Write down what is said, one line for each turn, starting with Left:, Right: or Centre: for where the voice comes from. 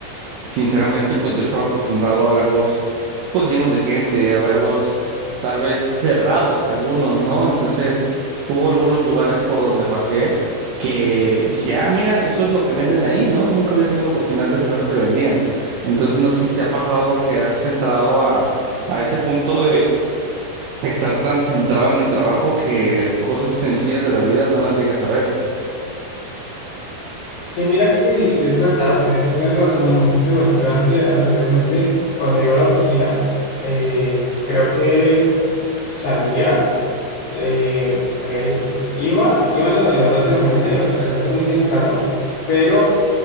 Right: Sinceramente, pues yo estaba acostumbrado a verlos, pues llenos de gente, a verlos tal vez cerrados algunos, ¿no? Entonces, hubo algunos lugares por donde paseé que dije, ah, mira, eso es lo que venden ahí, ¿no? Nunca había tenido la oportunidad de saber lo que vendían. Entonces, no sé si te ha pasado que has entrado a, a ese punto estar tan centrado en el trabajo que cosas sencillas de la vida no las llegas a ver.
Left: Sí, mira que es verdad, en eso tienes razón. Imagínate, bueno, yo ante, anteriormente, cuando iba a la oficina, eh, creo que salía, eh, salía el- iba, iba en, la- en horas de la mañana, iba realmente muy temprano, pero